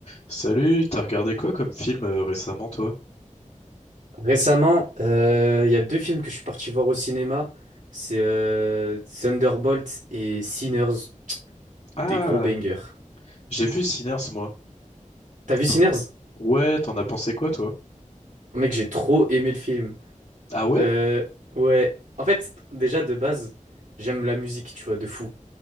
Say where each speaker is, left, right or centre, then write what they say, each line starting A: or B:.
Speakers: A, on the left; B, on the right.
A: Salut, t'as regardé quoi comme film euh, récemment, toi?
B: Récemment, euh, il y a deux films que je suis parti voir au cinéma. C'est euh, Thunderbolt et Sinners,
A: Ah,
B: des gros bangers.
A: j'ai vu Sinners, moi.
B: T'as vu
A: T'en-
B: Sinners?
A: Ouais, t'en as pensé quoi, toi?
B: Mec, j'ai trop aimé le film.
A: Ah ouais?
B: Euh, ouais, en fait, déjà de base, j'aime la musique, tu vois, de fou.